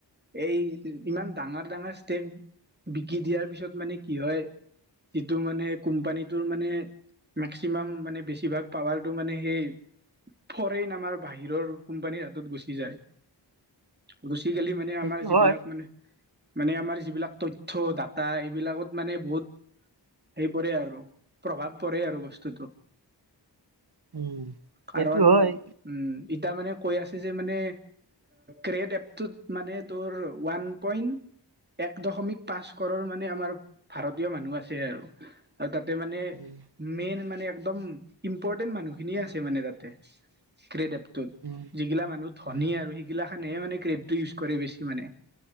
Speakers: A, on the right (about 25°); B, on the right (about 60°).
A: এই ইমান ডাঙৰ ডাঙৰ ষ্টেক বিকি দিয়াৰ পিছত মানে কি হয় যিটো মানে কোম্পানীটোৰ মানে মেক্সিমাম মানে বেছিভাগ পাৱাৰটো মানে সেই ফৰেইন আমাৰ বাহিৰৰ কোম্পানীৰ গুচি যায় গুচি গেলি মানে
B: সেইটো
A: আমাৰ যিবিলাক
B: হয়
A: মানে মানে আমাৰ যিবিলাক তথ্য ডাটা এইবিলাকত মানে বহুত সেই পৰে আৰু প্ৰভাৱ পৰে আৰু বস্তুটো।
B: উম
A: কাৰণ
B: সেইটো হয়
A: উম, ইতা মানে কৈ আছে মানে ক্ৰেড এপটোত মানে তোৰ ওৱান পইন্ট এক দশমিক পাঁচ কৰৰ মানে আমাৰ ভাৰতীয় মানুহ আছে আৰু। আৰু তাতে মানে
B: উম
A: মেইন মানে একদম ইম্পৰ্টেণ্ট মানুহখিনিয়ে আছে মানে তাতে ক্ৰেড এপটোত।
B: উম
A: যিগিলা মানুহ ধনী
B: উম
A: আৰু সেইগিলাখানহে মানে ক্ৰেডটো ইউজ কৰে বেছি মানে।